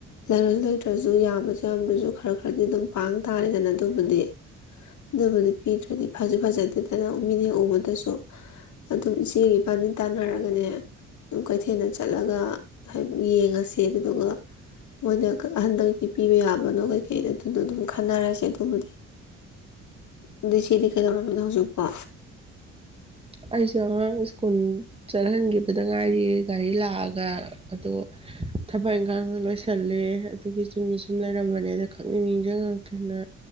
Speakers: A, on the left; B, on the right.
A: ꯂꯥꯏꯔ ꯂꯩꯇ꯭ꯔꯁꯨ ꯌꯥꯝꯕ ꯑꯦꯛꯖꯥꯝꯗꯨꯁꯨ ꯈꯔ ꯈꯔꯗꯤ ꯑꯗꯨꯝ ꯄꯥꯡ ꯇꯥꯔꯦꯗꯅ ꯑꯗꯨꯕꯨꯗꯤ ꯑꯗꯨꯕꯨꯗꯤ ꯄꯤꯗ꯭ꯔꯗꯤ ꯐꯖ ꯐꯖꯗꯦꯗꯅ ꯃꯤꯅꯦ ꯎꯕꯗꯁꯨ ꯑꯗꯨꯝ ꯏꯆꯦꯒꯤ ꯏꯕꯥꯅꯤ ꯇꯥꯟꯅꯔꯒꯅꯦ ꯑꯗꯨꯝ ꯀꯩꯊꯦꯜꯗ ꯆꯠꯂꯒ ꯍꯥꯏ ꯌꯦꯡꯉꯁꯦ ꯑꯗꯨꯗꯨꯒ ꯃꯣꯏꯅ ꯍꯟꯗꯛꯇꯤ ꯄꯤꯕ ꯌꯥꯕꯅꯣ ꯀꯩꯀꯩꯗ ꯑꯗꯨꯗ ꯑꯗꯨꯝ ꯈꯟꯅꯔꯁꯦ ꯑꯗꯨꯕꯨꯗꯤ ꯑꯗꯤ ꯁꯤꯗꯤ ꯀꯩꯗꯧꯔꯝꯃꯤꯅꯣ ꯍꯧꯖꯤꯛꯀꯣ
B: ꯑꯩꯁꯨ ꯑꯉꯥꯡ ꯁ꯭ꯀꯨꯜ ꯆꯠꯍꯟꯈꯤꯕꯗ ꯉꯥꯏꯔꯤꯌꯦ ꯒꯥꯔꯤ ꯂꯥꯛ ꯑꯒ ꯑꯗꯨ ꯊꯕꯛ ꯏꯪꯈꯥꯡꯗ ꯂꯣꯏꯁꯤꯟ ꯆꯜꯂꯦ ꯑꯗꯨꯒꯤ ꯆꯨꯝꯅ ꯁꯨꯝ ꯂꯩꯔꯝꯕꯅꯦ ꯑꯗꯣ ꯈꯪꯅꯤꯡꯅꯤꯡꯖꯉꯛꯇꯅ